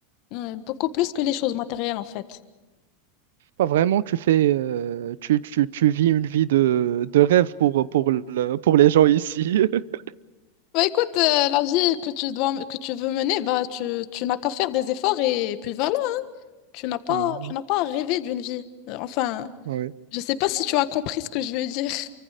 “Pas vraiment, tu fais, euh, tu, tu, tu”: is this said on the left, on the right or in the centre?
Right